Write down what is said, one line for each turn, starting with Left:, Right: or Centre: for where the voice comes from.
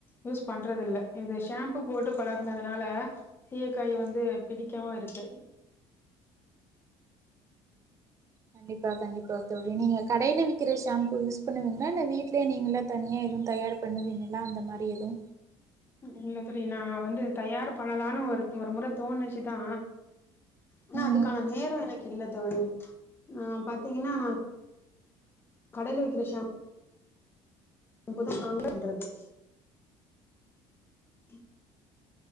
Left: யூஸ் பண்றது இல்ல இது ஷாம்பு போட்டு பழகுனதுனால சீயக்காய் வந்து பிடிக்காம இருக்கு
Right: கண்டிப்பா கண்டிப்பா தோழி நீங்க கடைல விக்கிற ஷாம்பு யூஸ் பண்ணுவீங்களா இல்ல வீட்லயே நீங்களே தனியா எதுவு தயார் பண்ணுவீங்களா அந்த மாரி எதுவு
Left: இல்ல தோழி நா வந்து தயார் பண்ணலான்னு ஒரு ஒரு முறை தோணுச்சுதா ஆனா
Right: ம்
Left: அதுக்கான நேரம் எனக்கு இல்ல தோழி அ பாத்தீங்கன்னா நான் கடையில விக்கிற ஷாம்பு இப்பதா நாங்களே பண்றது <inaudible>